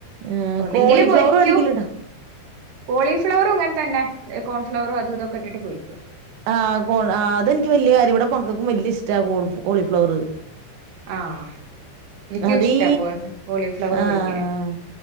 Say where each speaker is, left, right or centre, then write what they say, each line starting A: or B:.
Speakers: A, on the right; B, on the right.
A: ഏഹ്
B: ഒന്നെങ്കില്
A: കോളിഫ്ലവറ്
B: പൊരിക്കൂ
A: മേടിക്കലുണ്ടോ
B: കോളിഫ്ലവറും ഇങ്ങനെ തന്നെ കോൺഫ്ലവറും അതും ഇതുംയൊക്കെയിട്ടിട്ട് പൊരിക്കും
A: ആഹ് കോൺ ആഹ് അതെനിക്ക് വല്യ കാര്യ ഇവിടെ മക്കക്കും വല്യ ഇഷ്ട്ടാ കോളിഫ്ലവറ്
B: ആഹ് എനിക്കും
A: അതീ
B: ഇഷ്ട്ടമാ കോൺ കോളിഫ്ലവർ
A: ആഹ്
B: പൊര്ക്കിനെ